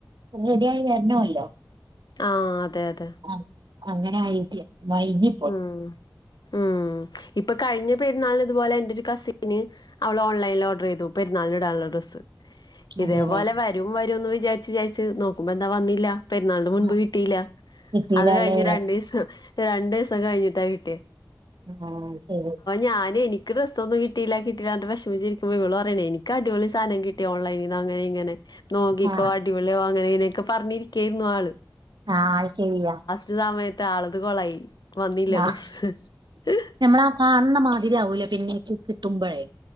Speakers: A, on the right (about 75°); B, on the left (about 70°).
A: റെഡ്യായി വെര്ണോല്ലോ
B: ആഹ് അതെ അതെ
A: ആഹ് അങ്ങനായീട്ടെ വൈകി
B: ഉം ഉം ഇപ്പൊ കഴ്ഞ്ഞ പെര്ന്നാള്നിത്പോലെ എന്റൊരു കസിന് അവള് ഓൺലൈനിൽ ഓഡ്റെയ്തു പരുന്നാള്ന് ടാള്ള ഡ്രെസ്സ് ഇതേപോലെ
A: അതെല്ലേ
B: വരും വരുംന്ന് വിചാര്ച്ച് വിചാര്ച്ച് നോക്കുമ്പൊന്താ വന്നില്ല പെര്ന്നാള്ൻ്റെ മുൻപ്
A: ആ
B: കിട്ടീലാ
A: കിട്ടീലാല്ലേ
B: അത് കഴ്ഞ്ഞ രണ്ടീസം രണ്ടീസ കഴ്ഞ്ഞ്ട്ടാ കിട്ട്യേ
A: ആ ശരി
B: ഞാന് ഇന്ക്ക് ഡ്രസ്സൊന്നും കിട്ടീല്ലാ കിട്ടീലാർഞ്ഞ്ട്ട് വെഷ്മിച്ചിരിക്കുമ്പോ ഇവള് പറ്യാണേ ഇന്ക്ക് അടിപൊളി സാനം കിട്ടി ഓൺലൈ അങ്ങനിങ്ങനെ നോക്കിക്കോ
A: ആ
B: അടിപൊളിവാ അങ്ങനെങ്ങനൊക്കെ പറ്ഞ്ഞിരിക്കേർന്നു ആൾ
A: ആഹ് ശെരിയാ
B: റ്റ് സമയത്ത് ആളത് കൊളായി വന്നില്ല
A: ആഹ്
B: ഡ്രസ്സ്
A: ഞമ്മളാ കാൺണ മാതിര്യാവൂലാ പിന്നെ കിട്ടുമ്പൊഴേ